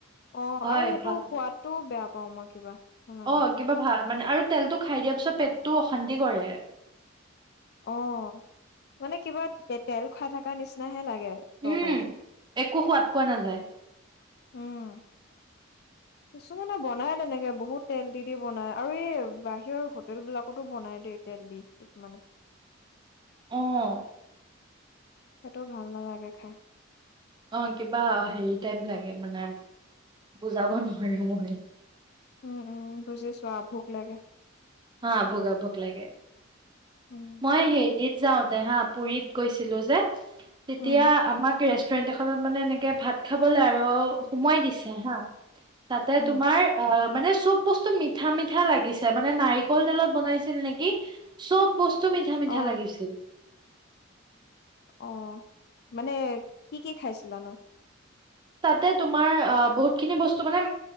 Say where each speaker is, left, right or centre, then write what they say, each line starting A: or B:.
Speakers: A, on the left (about 50°); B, on the right (about 20°).
A: অ
B: হয়
A: আৰু সেইটো
B: ভাল
A: সোৱাদটো বেয়া ক মই কিবা ভাল নালাগে
B: অ কিবা ভাল মানে আৰু তেলটো খাই দিয়া পিছত পেটটো অশান্তি কৰে
A: অ মানে কিবা তে তেল খাই থকা নিচিনাহে লাগে গে তৰকাৰীটো
B: উম একো সোৱাদ পোৱা নাযায়
A: উম কিছুমানে বনাই তেনেকে বহুত তেল দি দি বনাই আৰু এই বাহিৰৰ হোটেল বিলাকতো বনাই দেই তেল দি কিছুমানে
B: অহ
A: সেইটো ভাল নালাগে খাই
B: অ কিবা হেৰি টাইপ লাগে মানে বুজাব নোৱাৰো মই
A: উম উম বুজিছো আ ভোক লাগে
B: হা ভোক আ ভোক লাগে
A: উম
B: মই হেৰি যাওঁ দে হা পুুৰীত গৈছিলো যে তেতিয়া
A: উম
B: আমাক ৰেষ্ট ৰেষ্টুৰেণ্ট এখনত মানে এনেকে ভাত খাবলে আৰু সোমাৱাই দিছে হা তাতে
A: উম
B: তোমাৰ অ মানে চব বস্তু মিঠা মিঠা লাগিছে মানে নাই নাই কলতেলত বনাইছিল নেকি চব বস্তু মিঠা মিঠা
A: অ
B: লাগিছিল
A: অ মানে কি কি খাইছিলানো
B: তাতে তোমাৰ বহুতখিনি বস্তু মানে